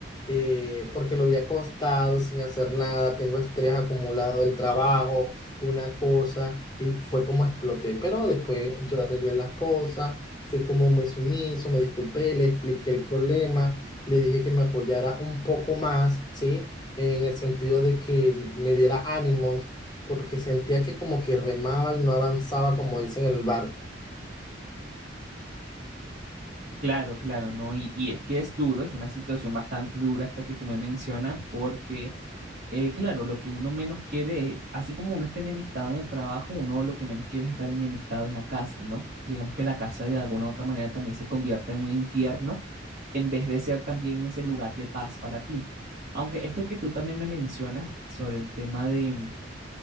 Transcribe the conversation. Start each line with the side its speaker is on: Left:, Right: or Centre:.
Left: eh, porque lo había acostado sin hacer nada, tengo estrés acumulado del trabajo, una cosa, y fue como exploté. Pero después yo arreglé las cosas, fui como muy sumiso, me disculpé, le expliqué el problema, le dije que me apoyara un poco más, ¿sí? En el sentido de que me diera ánimos, porque sentía que como que remaba y no avanzaba, como dicen en el barco.
Right: Claro, claro, no. Y, y es que es duro, es una situación bastante dura esta que tú me mencionas, porque, eh, claro, lo que uno menos quiere es, así como uno está enemistado en el trabajo, uno lo que menos quiere es estar enemistado en la casa, ¿no? Que digamos que la casa de alguna u otra manera también se convierta en un infierno en vez de ser también ese lugar de paz para ti. Aunque esto que tú también me mencionas sobre el tema de